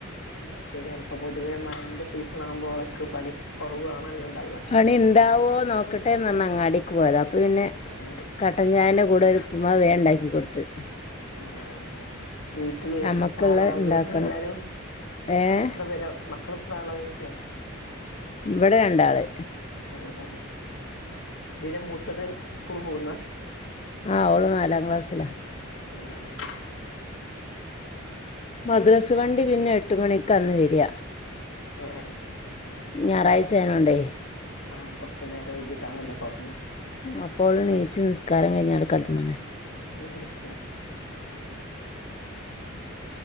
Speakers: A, on the left; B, on the left.
A: ആഹ് ശരിയാണ് ഇപ്പൊ പൊതുവേ മഴന്റെ സീസൺ ആവുമ്പോ അവർക്ക് പണി കുറവണല്ലോ ണ്ടാവുക
B: പണി ഉണ്ടാവോ നോക്കട്ടെ ന്ന പറഞ്ഞ അങ്ങാടേക്ക് പോയത് അപ്പൊ പിന്നെ
A: ആഹ്
B: കട്ടൻചായന്റെ കൂടെ
A: ശരി
B: ഒരു ഉപ്പുമാവ് വേണ്ടാക്കി കൊടുത്ത്
A: ആഹ് വീട്ടില്
B: നമ്മക്കുള്ള
A: എത്ര ആളാണുള്ളത്
B: ഉണ്ടാക്കണം
A: എല്ലാരും
B: ഏഹ്
A: എത്ര പേരെ മക്കളെത്ര ആള ചോയ്ക്കാ
B: ഇവിടെ രണ്ടാള്
A: ആഹ് ആഹ് ദിന് മൂത്തത് സ്കൂള് പോകുന്ന
B: ആഹ്ഓള നാലാം ക്ലാസ്സിലാ
A: ആഹ്
B: മദ്രസ് വണ്ടി പിന്നെ എട്ട് മണിക്ക് ന്ന് വര
A: ആഹ് ആഹ്
B: ഞായറാഴ്ചയനോണ്ടേ
A: ആഹ് കുറച്ച നേരം വഴകിയിട്ടാണല്ലോ തുടങ്ങ
B: അപ്പോള് നീച്ച് നിസ്കാരം കഴിഞ്ഞാൽ കടന്ന് ണ്
A: ഉം ഉം ഉം